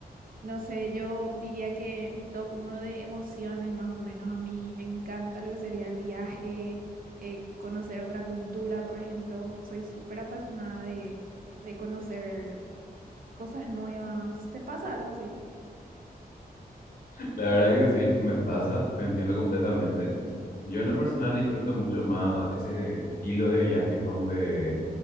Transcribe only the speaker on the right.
no sé, yo diría que mi top uno de emociones, más o menos, a mí me encanta lo que sería el viaje, eh, conocer otra cultura, por ejemplo, soy súper apasionada de, de conocer cosas nuevas. ¿Te pasa algo así?